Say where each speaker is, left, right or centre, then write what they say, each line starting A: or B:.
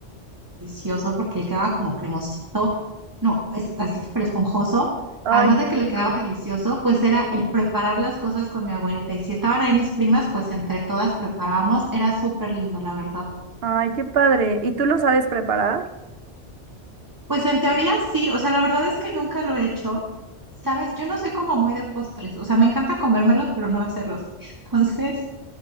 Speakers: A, on the right; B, on the right.
A: delicioso, porque le quedaba como cremosito, no, es así súper esponjoso,
B: Ay,
A: además
B: qué
A: de que
B: rico.
A: le quedaba delicioso, pues era el preparar las cosas con mi abuelita. Y si estaban ahí mis primas, pues entre todas preparábamos, era súper lindo, la verdad.
B: Ay, qué padre. ¿Y tú lo sabes preparar?
A: Pues en teoría sí, o sea, la verdad es que nunca lo he hecho. Sabes, yo no soy como muy de postres, o sea, me encanta comérmelos, pero no hacerlos. <laughs> Entonces,